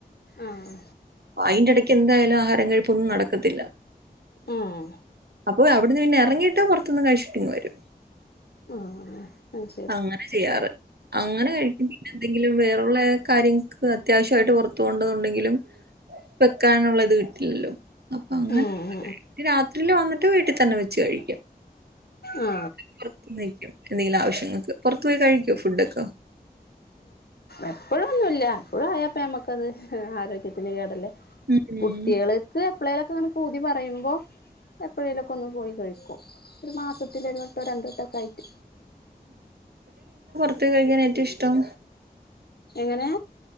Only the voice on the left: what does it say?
ആഹ്
ആഹ്
ആഹ് അത് ശരി
ഉം ഉം ഉം
ആ
എപ്പോഴൊന്നുമില്ല എപ്പഴും ആയാ അപ്പം നമ്മക്കത് ആരോഗ്യത്തിന് കേടല്ലേ
കുട്ടികളിക്ക് പിള്ളാരൊക്കെ അങ്ങനെ പൂതി പറയുമ്പോൾ എപ്പോഴേലൊക്കെ ഒന്ന് പോയി കഴിക്കും ഒരു മാസത്തിലൊ ഒരു വട്ടോ രണ്ട് വട്ടമൊക്കെ ആയിട്ട്
എങ്ങനെ?